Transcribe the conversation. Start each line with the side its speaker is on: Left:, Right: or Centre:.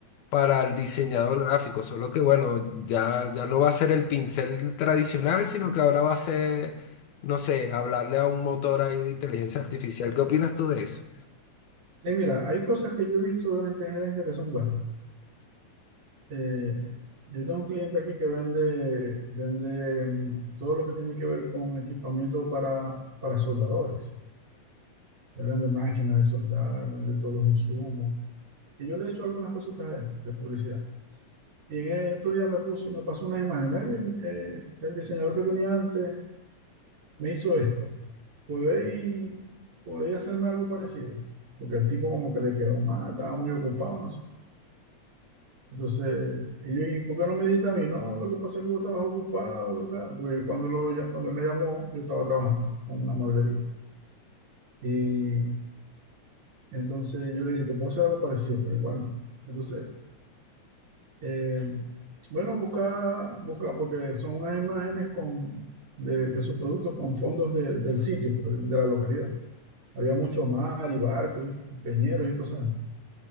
Left: para el diseñador gráfico, solo que bueno, ya, ya no va a ser el pincel tradicional, sino que ahora va a ser, no sé, hablarle a un motor ahí de inteligencia artificial. ¿Qué opinas tú de eso?
Right: Sí, mira, hay cosas que yo he visto de la inteligencia que son buenas. Eh, yo tengo un cliente aquí que vende, vende mm, todo lo que tiene que ver con equipamiento para, para soldadores. Él vende máquinas de soldar, vende todos los insumos. Y yo le he hecho algunas cositas a él de publicidad. Y en estos días me puso, me pasó unas imágenes. Melvin, eh, el diseñador que tenía antes me hizo esto. ¿Podéis, podéis hacerme algo parecido? Porque el tipo como que le quedó mal, estaba muy ocupado, no sé. Entonces, y yo, ¿y por qué no me dijiste a mí? No, lo que pasa es que vos estabas ocupado, ¿verdad? Porque cuando, lo, ya- cuando él me llamó, yo estaba trabajando con una mueblería. Y entonces yo le dije, te puedo hacer algo parecido, pero igual no. Entonces, Eh, bueno, busca, busca, porque son unas imágenes con, de, de sus productos con fondos de- del sitio, pues, de la localidad. Había mucho mar y barcos y peñeros y cosas así.